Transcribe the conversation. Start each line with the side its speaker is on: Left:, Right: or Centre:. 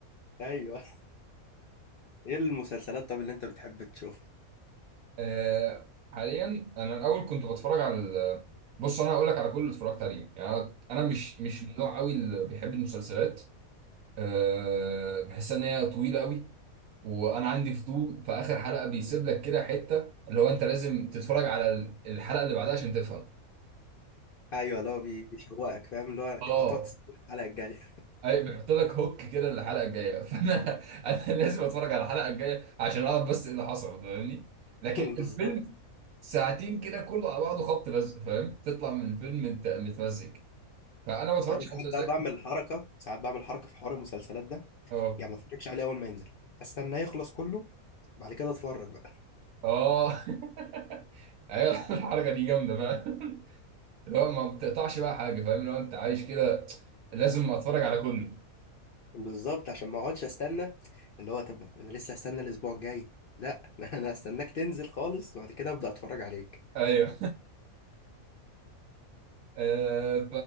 Left: ايوه <laughs> ايه المسلسلات طب اللي انت بتحب تشوفها
Right: آه حاليا انا الاول كنت بتفرج على ال- بص انا هقول لك على كل اللي اتفرجت عليه يعني انا أنا مش مش من النوع قوي اللي بيحب المسلسلات آه بحس ان هي طويله قوي وانا عندي فضول في اخر حلقه بيسيب لك كده حته اللي هو انت لازم تتفرج على الحلقه اللي بعدها عشان تفهم
Left: ايوه اللي هو بي- بيشوقك فاهم اللي هو
Right: اه
Left: انت هتقعد تستنى الحلقه الجايه
Right: اي بنحط لك هوك كده للحلقه الجايه <laughs> فانا انا لازم اتفرج على الحلقه الجايه عشان اعرف بس ايه اللي حصل فاهمني لكن
Left: <laughs> بالظبط
Right: الفيلم ساعتين كده كله على بعضه خبط لزق فاهم تطلع من الفيلم انت متمزج فانا ما بتفرجش
Left: أو انا ساعات
Right: على مسلسلات
Left: بقى بعمل
Right: كتير
Left: حركه ساعات بعمل حركه في حوار المسلسلات ده
Right: اه
Left: يعني ما اتفرجش عليه اول ما ينزل استناه يخلص كله بعد كده اتفرج
Right: اه <laughs> ايوه الحركه دي جامده بقى اللي هو ما بتقطعش بقى حاجه فاهم اللي هو انت عايش كده لازم اتفرج على كله
Left: بالظبط عشان ما اقعدش استنى اللي هو طب انا لسه هستنى الاسبوع الجاي لا <laughs> انا هستناك تنزل خالص وبعد كده ابدا اتفرج عليك
Right: ايوه آه،